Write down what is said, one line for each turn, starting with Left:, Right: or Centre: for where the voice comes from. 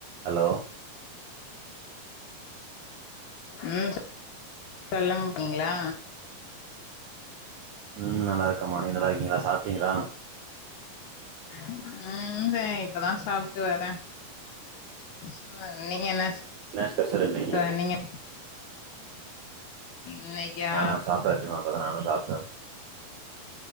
Right: Hello
Left: உம் நல்லா இருக்கீங்ளா
Right: ம் நல்லாருக்கம்மா நீ நல்லா இருக்கீங்களா சாப்ட்டீங்களா
Left: உம் <unintelligible> இப்பதா சாப்ட்டு வரே சொல்லுங்க நீங்க என்ன
Right: என்ன ஸ்பெஷல் இன்னைக்கி
Left: ச நீங்க இன்னைக்கா
Right: ஆஹ் சாப்ட்டாச்சுமா இப்பதா நானு சாப்ட்டே